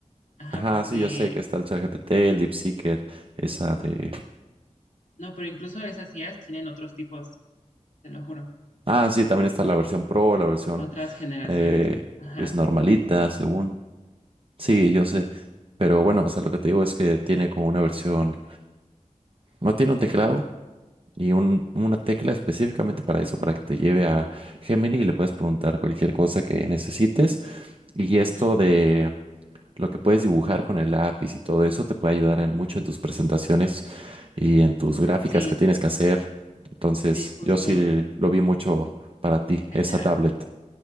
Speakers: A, on the left (about 70°); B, on the right (about 45°).
A: Ajá,
B: Ajá,
A: porque...
B: sí, yo sé que está el ChatGPT, el DeepSeeker, esa de...
A: No, pero incluso esas IAs tienen otros tipos, te lo juro.
B: Ah, sí, también está
A: Son
B: la versión Pro, la versión
A: otras generaciones.
B: eh,
A: Ajá.
B: pues normalita, según. Sí, yo sé. Pero bueno, o sea, lo que te digo es que tiene como una versión, no tiene un teclado y un, una tecla específicamente para eso, para que te lleve a Gemini y le puedes preguntar cualquier cosa que necesites. Y esto
A: ujú.
B: de lo que puedes dibujar con el lápiz y todo eso te puede ayudar en mucho en tus presentaciones y en tus gráficas
A: Sí,
B: que tienes que hacer. Entonces,
A: Sí, justo.
B: yo sí lo vi mucho para ti,
A: Esa,
B: esa tablet.